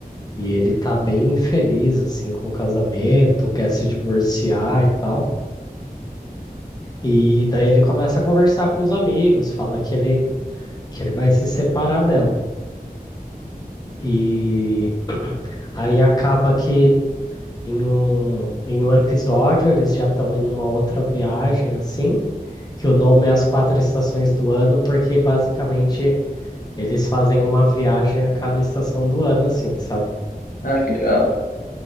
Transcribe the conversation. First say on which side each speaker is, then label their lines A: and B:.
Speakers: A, on the left; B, on the left.
A: E ele tá bem infeliz assim com o casamento, quer se divorciar e tal. E daí ele começa a conversar com os amigos, fala que ele que ele vai se separar dela. E aí acaba que em um, em um episódio eles já estão em uma outra viagem assim. que o nome é As Quatro Estações do Ano, porque basicamente eles fazem uma viagem a cada estação do ano, assim, sabe?
B: Ah, que legal.